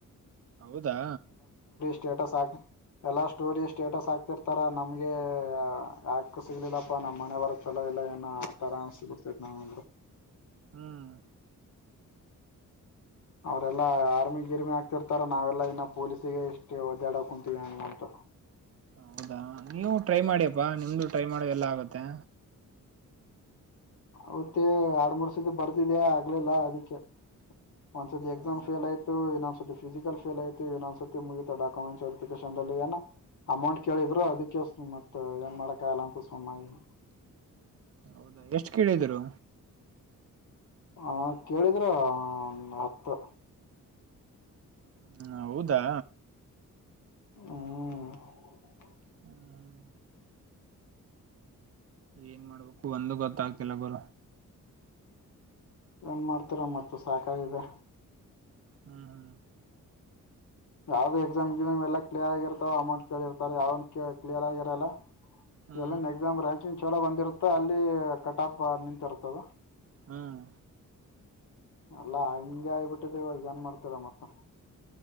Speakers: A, on the right (about 45°); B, on the left (about 65°).
A: ಹೌದಾ
B: ಸ್ಟೇಟಸ್ ಆಾಕ ಎಲ್ಲಾ ಸ್ಟೋರಿ ಸ್ಟೇಟಸ್ ಆಾಕ್ತಿರ್ತಾರ ನಮ್ಗೆ ಯಾಕ ಸಿಗ್ಲಿಲ್ಲಪ್ಪಾ ನಮ್ಮ್ ಮನೆ ಬರಕ್ ಚಲೋ ಲ್ಲ ಏನ ಆತರ ಅನ್ಸ್ಬಿಡ್ತೇತಿ ನಾವಂದ್ರರು
A: ಹ್ಮ್
B: ಅವ್ರೆಲ್ಲಾ ಆರ್ಮಿ ಗಿರ್ಮಿ ಆಗ್ತಿರ್ತಾರ ನಾವೆಲ್ಲಾ ಇನ್ನ ಪೊಲೀಸಿಗೆ ಇಷ್ಟು ಒದ್ದಾಡ ಕುಂತೀವಿ ಅಂತ
A: ಹೌದಾ ನೀವು ಟ್ರೈ ಮಾಡ್ಯಪ್ಪಾ ನಿಮ್ದು ಟ್ರೈ ಮಾಡೋ ಎಲ್ಲಾ ಆಗತ್ತೆ
B: ಮತ್ತೆ ಆಡ್ ಮೂರ್ ಸತಿ ಬರ್ತಿದ್ಯಾ ಆಗ್ಲಿಲ್ಲಾ ಅದಿಕ್ಕೆ ಒಂದ್ಸತಿ ಎಕ್ಸಾಮ್
A: ಹೌದಾ
B: ಫಲ್ ಆಯ್ತು ಫಿಸಿಕಲ್ ಫೇಲಾಯ್ತು ಏನೋಸತಿ ಮುಗಿತ ಡಕ್ಯುಮೆಂಟ್ಸ್ರಿ ವೆರಿಫಿಕೇಶನ್ ಏನು. ಅಮೌಂಟ್ ಕೇಳಿದ್ರು ಅದಿಕ್ಕೆ. ಮತ್ತ ಏನ್ ಮಾಡರಕಾಗಲ್ಲ ಅಂತ ಸುಮ್ಮನಾಗಿದ್ದೇನೆ.
A: ಹೌದಾ ಎಷ್ಟು ಕೇಳಿದರು.
B: ಹ ಕೇಳಿದ್ರ ಹಾ ಮಾ ಹತ್ತು.
A: ಹ್ಮ ಹೌದಾ
B: ಹ್ಮ
A: ಹ್ಮ್ ಹ್ಮ ಏನ್ ಮಾಡ್ಬೇಕು ಒಂದು ಗೊತ್ತ ಕಿಲಬರ.
B: ಏನ್ ಮಾಡ್ತರ ಮತ್ತೆ ಸಾಕಾಗಿದೆ
A: ಹ್ಮ್ ಹ್ಮ್
B: ಯಾವ್ದ ಎಕ್ಸಾಮ್ ಎಲ್ಲ ಕ್ಲಿಯರ್ ಆಗಿರ್ತಾವ ಅಮೌಂಟ್ ಕೇಳಿರ್ತಾರೆ ಯಾವ ಕ್ಲಿಯರ್ ಆಗಿರಲ್ಲ
A: ಹ್ಮ್
B: ಎಲ್ಲಿನ್ ಎಕ್ಸಾಮ್ ರ್ಯಾಂಕಿಂಗ್ ಚಲ ಒಂದಿರ್ತ ಅಲ್ಲಿ ಕಟ ಆಪ್ ನಿಂತಿರ್ತದ
A: ಹ್ಮ್
B: ಅಲ್ಲಾ ಹಂಗೆ ಆಗಬಿಟ್ಟಿದೆವಾಗ ಏನ್ ಮಾಡ್ತರ ಮತ್ತೆ